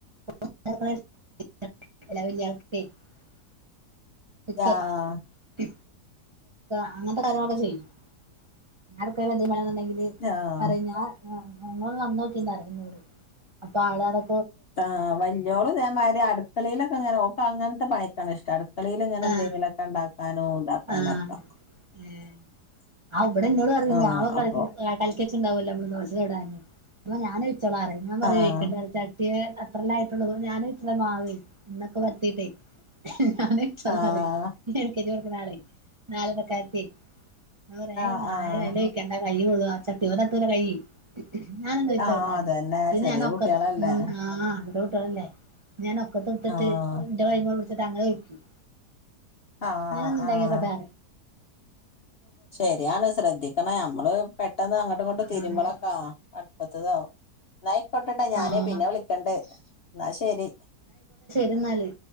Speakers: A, on the right; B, on the left.
A: <unintelligible> <unintelligible>
B: ആഹ്
A: അങ്ങനത്തെ കാര്യങ്ങളൊ ചെയ്യും ഞാൻ അടുക്കളയിൽ എന്തേലും പണിയുണ്ടെങ്കിൽ. ങ്കിലും
B: ആഹ്
A: പറയും ഞാൻ അങ്ങോട്ട് വന്നു നോക്കി എന്ന് പറഞ്ഞു അപ്പൊ അവള്.
B: ആ വല്യോള് ഇതെമാതിരി അടുക്കളിയിലൊക്കെങ്ങനെ ഓക്ക് അങ്ങനത്തെ പണിക്ക ഇഷ്ടാണ് അടുക്കളല്. അങ്ങനെ
A: ആഹ്
B: എന്തെങ്കിലെക്കെ
A: ആഹ്
B: ഉണ്ടാക്കാനോ. ഇതാക്കാനൊക്കെ
A: ആഹ് ഏഹ് ആഹ് ഇവിടെ എന്നോട് പറയുന്ന
B: ആഹ്
A: ഞാൻ പോയി
B: അപ്പൊ
A: കളിച്ചിട്ട <unintelligible> ഉണ്ടാവുകയിലോ. നമ്മള്. <unintelligible> അമ്മ ഞാൻ ഒഴിച്ചോളാം എന്നുപറയും ഞാൻ പറയും
B: ആഹ്
A: ഒഴിക്കണ്ട എന്നിട്ട്. ഇവൻ എത്രയിലായിട്ടുണ്ടെന്ന് ഞാൻ ഒഴിക്കുന്ന മാവേ. വെള്ളമൊക്കെ വറ്റിയിട്ട് ഞാൻ ഒഴിച്ചോളാം
B: ആഹ്
A: എന്ന് പറയും ഇടക്കൊക്കെ. ഒരാളെ <unintelligible> ഞാൻ പറയൂവേ താനെ
B: ആഹ് ആഹ്
A: എണ്ണ ഒഴിക്കേണ്ട കൈ പൊള്ളുന്നു. ആ ചട്ടിയോടൊക്കെ കരിയും. ഞാൻ എണ്ണ ഒഴിച്ചോട്ടെ
B: ആഹ്
A: എന്ന്
B: അതന്നെ
A: എന്നിട്ട്
B: ചെറിയ
A: ഞാൻ ഒക്കത്ത്
B: കുട്ടികളല്ലേ
A: ഉം ആഹ് ഇവളെ. ഇട്ടേണ്ടേ ഞാൻ പൊക്കത്ത് നിർത്തിയിട്ട്
B: ആഹ്
A: എന്റെ കയ്യുമേ പിടിച്ചിട്ട് അങ്ങനെ ഒഴിക്കും.
B: ആഹ്
A: ഞാനെന്ന് ഉണ്ടാക്കിക്കോട്ടെ.
B: ആഹ് ശരിയാണ് ശ്രദ്ധിക്കണം നമ്മള് പെട്ടെന്ന് അങ്ങോട്ടും ഇങ്ങോട്ട്
A: ആഹ്
B: തിരുമ്പളാക്കാ അടുപ്പത്ത്. ത്തതാവും എന്നായിക്കൊട്ടേ ഞാനേ
A: ആഹ്
B: പിന്നെ വിളിക്കണ്ടേ എന്നാ ശരി.
A: ഇരുന്നല്